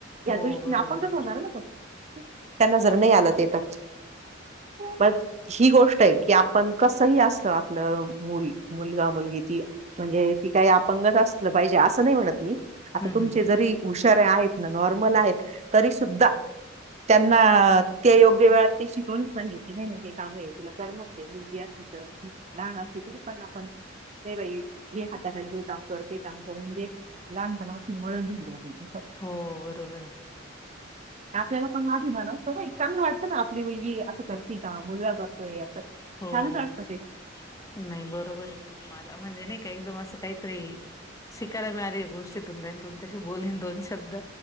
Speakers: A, on the right; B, on the left.
A: या
B: हो
A: दृष्टीनं,
B: बरोबर
A: आपंगच होणार ना तो. त्यांना जर नाही आलं ते तर, मग ही गोष्ट आहे की आपण कसही असल आपलं मुल मुलगा मुलगी ती, म्हणजे ती काही अपंगच असलं पाहिजे असं नाही म्हणत मी आता
B: हं
A: तुमचे
B: हं
A: जरी हुशार आहेत, नॉर्मल आहेत तरी सुुद्धा- त्यांना ते योग्य वेळात ते शिकवलच पाहिजे, तिलाही माहितीये ते काम आहे ते करनच आहे. मुलगी असली तर <inaudible> लहान असते तरी पण आपण- नाही बाई ये. ये हाताखाली हे काम कर ते काम- कारण जे लहानपणापासून वळण दिलं की नाही तसं.
B: हो बरोबर हे.
A: आपल्याला पण अधिकार असतो बाई, चांगलं वाटतं ना आपली मुलगी असं करते का, मुलगा करतोय असं छानच
B: हो
A: वाटत ते.
B: नाही बरोबर आहे तुमच. माझं म्हणजे नाही का एकदम असं काहीतरी- शिकायला मिळाली या गोष्टीतून ताई तुमच्याशी बोलले ना दोन शब्द